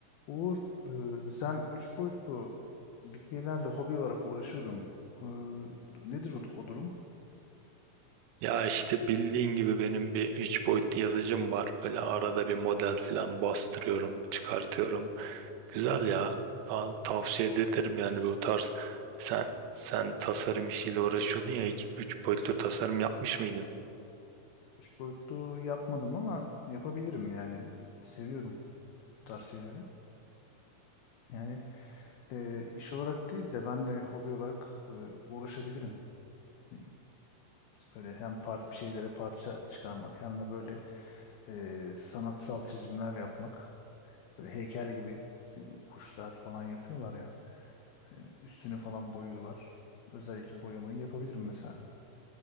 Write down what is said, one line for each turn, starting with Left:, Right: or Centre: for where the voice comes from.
Left: Uğur, e, sen üç boyutlu bir şeylerle hobi olarak uğraşıyordun. E, nedir o, o durum?
Right: Ya işte bildiğin gibi benim bir 3 boyutlu yazıcım var. Böyle arada bir model falan bastırıyorum, çıkartıyorum. Güzel ya. Aa, tavsiye de ederim yani bu tarz. Sen sen tasarım işiyle uğraşıyordun ya hiç 3 boyutlu tasarım yapmış mıydın?
Left: Üç boyutlu yapmadım ama yapabilirim yani. Seviyorum bu tarz şeyleri. Yani e, iş olarak değil de ben de hobi olarak e, uğraşabilirim. E, Böyle hem par bir şeylere parça çıkarmak hem de böyle e, sanatsal çizimler yapmak. Böyle heykel gibi e, kuşlar falan yapıyorlar ya. E, üstünü falan boyuyorlar. Özellikle boyamayı yapabilirim mesela.